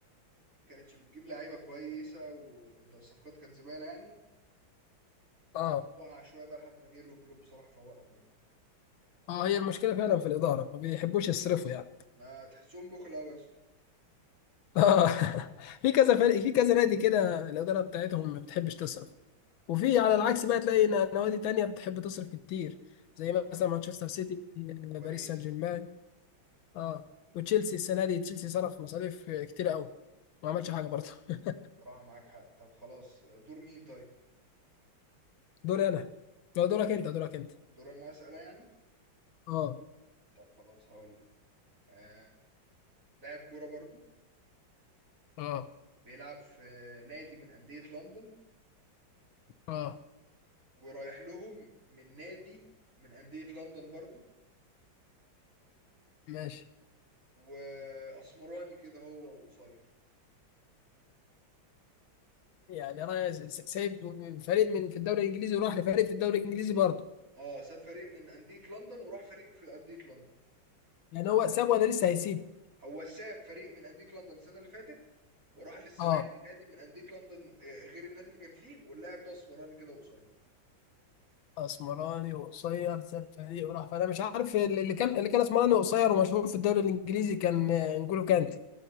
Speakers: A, on the right; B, on the left.
A: كانتش بتجيب لعيبه كويسه والصفقات كانت زباله يعني
B: اه
A: فوقع شويه بقى لحد ما جه يورجن كلوب بصراحه فوقهم يعني
B: اه هي المشكله فعلا في الاداره ما بيحبوش يصرفوا يعني
A: ما تحسهم بخل قوي يا اسطى
B: اه <laughs> في كذا فريق في كذا نادي كده الاداره بتاعتهم ما بتحبش تصرف وفي على العكس بقى تلاقي ن- نوادي تانية بتحب تصرف كتير زي
A: بصراحه
B: مثلا مانشستر سيتي
A: باريس
B: باريس سان جيرمان اه وتشيلسي السنه دي تشيلسي صرف مصاريف كتير قوي ما عملش حاجه برضه <laughs>
A: بصراحه معاك حق طب خلاص دور مين طيب
B: دوري انا لا، دورك
A: ماشي
B: انت دورك انت
A: دور انا اسال يعني
B: اه
A: طب خلاص هقول لك آه... لاعب كوره برضو
B: اه
A: بيلعب في نادي من انديه لندن
B: اه
A: ورايح لهم من نادي من انديه لندن برضو
B: ماشي
A: واسمراني كده هو وقصير
B: يعني انا س- س- سايب فريق من في الدوري الانجليزي وراح لفريق في الدوري الانجليزي برضه
A: اه ساب فريق من أندية لندن وراح فريق في أندية لندن
B: يعني هو ساب ولا لسه هيسيب
A: هو ساب فريق من أندية لندن السنة اللي فاتت وراح للسنة
B: اه
A: دي نادي من أندية لندن آه، غير النادي اللي كان فيه واللاعب ده اسمراني كده قصير
B: اسمراني وقصير ساب فريق وراح فانا مش عارف اللي اللي كان اللي كان اسمراني وقصير ومشهور في الدوري الانجليزي كان آه، نجولو كانتي